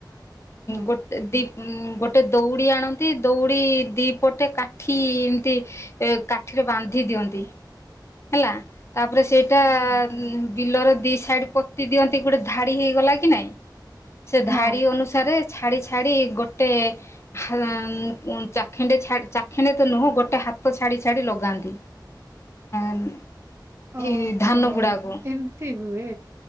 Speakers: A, on the right; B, on the left.
A: ହଁ
B: ଗୋ ଦ ଗୋଟେ ଦଉଡ଼ି ଆଣନ୍ତି ଦଉଡ଼ି ଦୁଇପଟେ କାଠି ଏମିତି ଏ କାଠିରେ ବାନ୍ଧି ଦିଅନ୍ତି। ହେଲା। ତାପରେ ସେଇଟା ବିଲର ଦି ସାଇଡ ପୋତି ଦିଅନ୍ତି ଗୋଟେ ଧାଡି ହେଇଗଲା କି ନାଇଁ ସେ
A: ହଁ।
B: ଧାଡି ଅନୁସାରେ ଛାଡି ଛାଡି ଗୋଟେ ଚାଖେଣ୍ଡେ ଚାଖେଣ୍ଡେ ତ ନୁହଁ ଗୋଟେ ହାତ ଛାଡ଼ି ଛାଡ଼ି ଲଗାନ୍ତି। <inaudible>
A: ଓହୋ
B: ଏଇ ଧାନ ଗୁଡାକୁ
A: ଏମିତି ହୁଏ